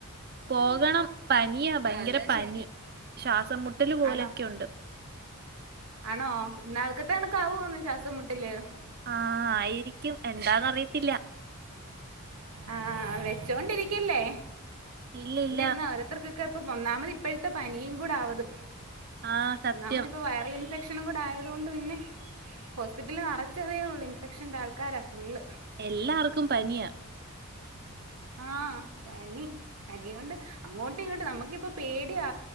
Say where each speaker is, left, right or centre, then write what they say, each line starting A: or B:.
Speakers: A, on the right; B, on the right.
A: പോകണം പനിയാ ഭയങ്കര പനി ശ്വാസം മുട്ടല് പോലൊക്കെയുണ്ട്
B: ആണോ ആണോ ഇന്നാൾക്കത്തണക്കാവോന്ന് ശ്വാസം മുട്ടല്
A: ആഹ് ആയിരിക്കും എന്താന്നറിയത്തില്ല
B: ആഹ് വെച്ചോണ്ടിരിക്കല്ലേ
A: ഇല്ല
B: വെച്ചോണ്ടിരുന്നാ
A: ഇല്ല
B: ഓരോത്തർക്കൊക്കെ ഇപ്പ ഒന്നാമത് ഇപ്പോഴത്തെ പനിയും കൂട ആവത്
A: ആഹ് സത്യം
B: ഒന്നാമത് ഇപ്പോ വൈറൽ ഇൻഫെക്ഷനും കൂടെ ആയത് തോണ്ട് പിന്നെ ഹോസ്പിറ്റൽല് നെറച്ചതേ ഉള്ളൂ ഇൻഫെക്ഷൻ്റെ ആൾക്കാരാണ് ഫുള്ള്
A: എല്ലാർക്കും പനിയാ
B: ആഹ് പനി പനി കൊണ്ട് അങ്ങോട്ടും ഇങ്ങോട്ട് നമ്മുക്കിപ്പ പേടിയാ